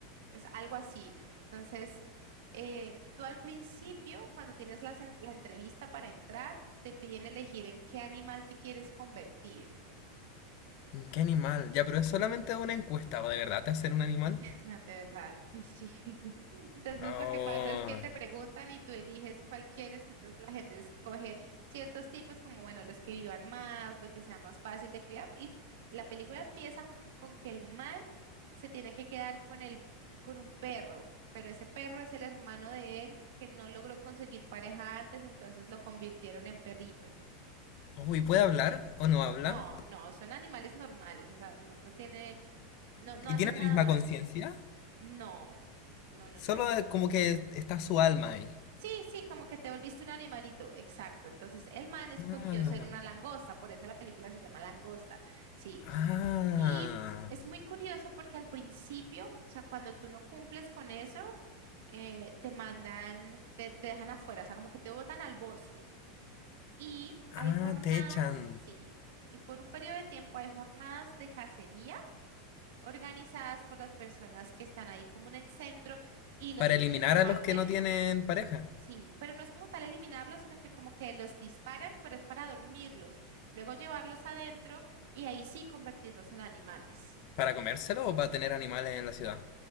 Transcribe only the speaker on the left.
¿Qué animal? Ya, pero es solamente una encuesta, ¿o de verdad te hacen un animal?
Oh,
Uy, ¿puede hablar o no habla?
¿Y
tiene la
misma
conciencia?
Solo
eh, como que está su alma ahí.
Ah,
ah,
ah,
te echan.
Para
eliminar a los que no tienen pareja.
¿Para comérselo o para tener animales en la
ciudad?